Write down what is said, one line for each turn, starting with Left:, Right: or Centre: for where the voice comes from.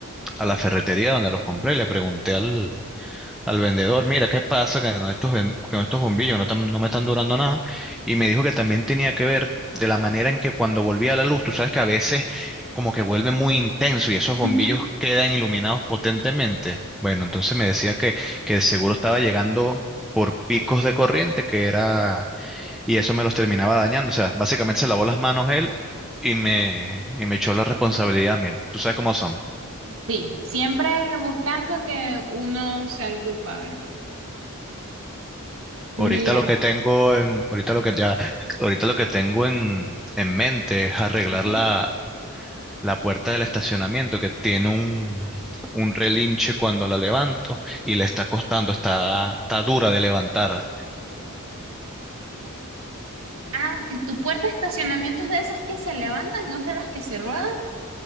Centre: a la ferretería donde los compré, le pregunté al al vendedor, mira, ¿qué pasa que no estos, ben- que no estos bombillos no, tan- no me están durando nada? Y me dijo que también tenía que ver de la manera en que cuando volvía la luz, tú sabes que a veces como que vuelve muy intenso y esos bombillos
Right: Ujú,
Centre: quedan iluminados potentemente. Bueno, entonces me decía que, que el seguro estaba llegando por picos de corriente, que era, y eso me los terminaba dañando. O sea, básicamente se lavó las manos él y me, y me echó la responsabilidad a mí. Tú sabes cómo son.
Right: Sí, siempre buscando que uno sea el culpable.
Centre: Ahorita
Right: Mira.
Centre: lo que tengo en, ahorita lo que ya, ahorita lo que tengo en, en mente es arreglar
Right: ujú.
Centre: la, la puerta del estacionamiento que tiene un, un relinche cuando la levanto y le está costando, está, está dura de levantar.
Right: Ah, tu puerta de estacionamiento es de esas que se levantan, no es de las que se ruedan.